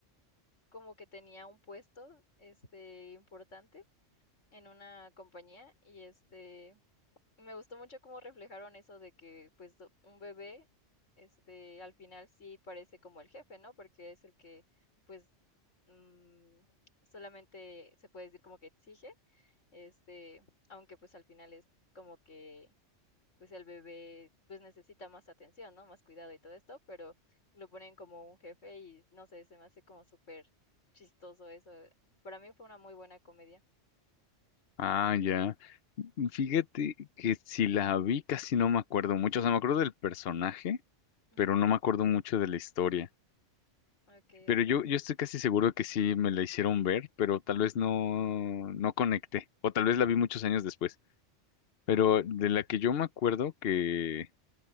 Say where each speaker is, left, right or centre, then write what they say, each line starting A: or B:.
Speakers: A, on the left (about 80°); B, on the left (about 60°).
A: como que tenía un puesto, este, importante en una compañía y este, me gustó mucho cómo reflejaron eso de que, pues, do- un bebé, este, al final sí parece como el jefe, ¿no? Porque es el que, pues, mm, solamente se puede decir como que exige, este, aunque pues al final es como que pues el bebé pues necesita más atención, ¿no? Más cuidado y todo esto, pero lo ponen como un jefe y no sé, se me hace como súper chistoso eso. Para mí fue una muy buena comedia.
B: Ah, ya. Fíjate que si la vi casi no me acuerdo mucho, o sea, me acuerdo del personaje,
A: Ujú.
B: pero no me acuerdo mucho de la historia.
A: Ok,
B: Pero
A: ok.
B: yo, yo estoy casi seguro que sí me la hicieron ver, pero tal vez no, no conecté, o tal vez la vi muchos años después. Pero de la que yo me acuerdo que,